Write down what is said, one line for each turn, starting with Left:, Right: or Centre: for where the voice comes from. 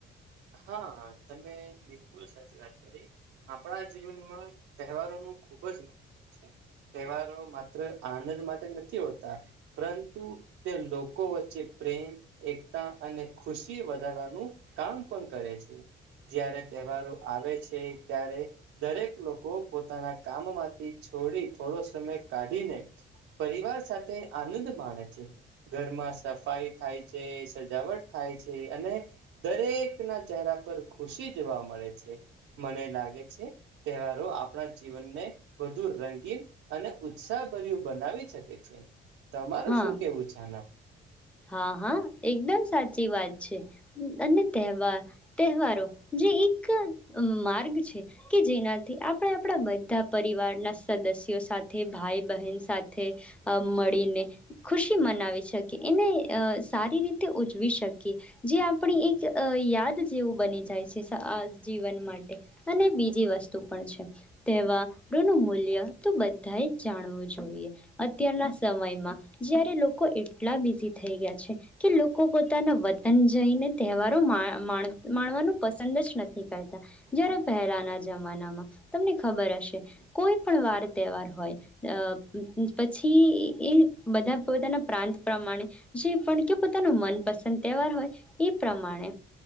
Right: હા તમે બિલકુલ સાચી વાત કરી આપણા જીવનમાં તહેવારો ન ખુબ જ મહત્વ છે તહેવારો માત્ર આનંદ માટે નથી હોતા પરંતુ તે લોકો વચ્ચે પ્રેમ એકતા અને ખુશી વધારવાનું કામ. પણ કરે છે જારે તહેવારો આવે છે ત્યારે દરેક લોકો પોતાના કામમાંથી છોડી થોડો સમય કાઢીને પરિવાર સાથે આનંદ માણે છે ઘરમાં સફાઈ થાય છે સજાવટ થાય છે અને દરેક. ના ચહેરા પર ખુશી જોવા મળે છે મને લાગે છે તહેવારો આપણા જીવનને વધુ રંગીન અને ઉત્સાહભર્યું બનાવી શકે છે. તમારું
Centre: હા
Right: શું કેવું છે આનામાં
Centre: હા હા એકદમ સાચી વાત છે અને તહેવાર તહેવારો જે એક માર્ગ છે કે જેનાથી આપણે આપણા બધા પરિવારના સદસ્યો સાથે ભાઈ બહેન સાથે મળીને ખુશી મનાવી શકીએ. એને સારી રીતે ઉજવી શકીએ જે આપણી એક યાદ જેવું બની જાય છે આ જીવન માટે અને બીજી વસ્તુ પણ છે તહેવારોનું મૂલ્ય તો બધાએ જાણવું જોઈએ અત્યારના સમયમાં જયારે લોકો. એટલા બિઝી થઈ ગયા છે કે લોકો પોતાના વતન જઈને તહેવારોણ માણવાનું પસંદ જ નથી કરતા જય્યારે પહેલાના જમાનામાં તમને ખબર હશે કોઈ પણ વાર તહેવાર હોય પછી એ બધા પોતાના પ્રાંત. પ્રમાણે જે પણ કે પોતાનો મનપસંદ તહેવાર હોય એ પ્રમાણે